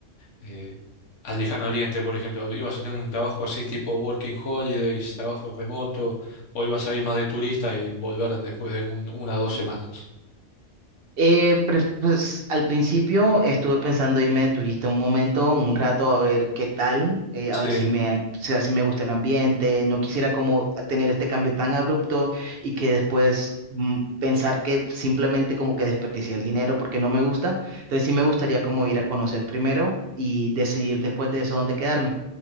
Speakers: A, on the left; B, on the right.
A: eh, al lejano oriente, por ejemplo. Ibas a tener un trabajo así tipo working holidays, trabajo remoto, o ibas a ir más de turista y volver después de un- una o dos semanas.
B: Eh, pre- pues al principio estuve pensando irme de turista un momento, un rato, a ver qué tal, eh,
A: Sí,
B: a ver si me, o sea, si me gusta el ambiente. No quisiera como tener este cambio tan abrupto y que después mm, pensar que simplemente como que desperdicié el dinero porque no me gusta. Entonces sí me gustaría como ir a conocer primero y decidir después de eso dónde quedarme.